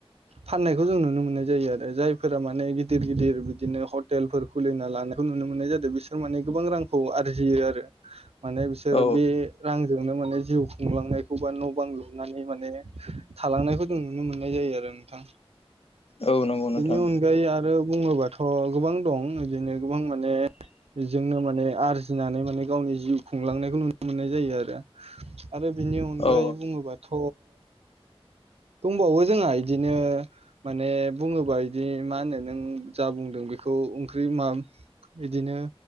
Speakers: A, on the right; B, on the left.
A: फाननायखौ जों नुनो मोननाय जायो आरो जायफोरा माने गिदिर गिदिर बिदिनो हटेलफोर खुलिना लानायखौ नुनो मोननाय जादो बिसोर माने गोबां रांखौ आरजियो आरो माने बिसोर
B: औ
A: बे रांजोंनो माने जिउ खुलांनायखौ बा न' बां लुहुनानै माने थालांनायखौ जों नुनो मोननाय जायो आरो नोंथां
B: औ नंगौ नोंथां
A: बिनि अनगायै आरो बुङोबाथ' गोबां दं इदिनो गोबां माने बेजोंनो माने आरजिनानै मा ने गावनि जिउ खुंलांनायखौ नुनो मोननाय जायो आरो आरो बिनि अनगायै
B: औ
A: बुङोबाथ' बुंबावो जोंहा इदिनो माने बुङोबा इदि मा होनो नों जा बुंदों बेखौ ओंख्रि मा इदिनो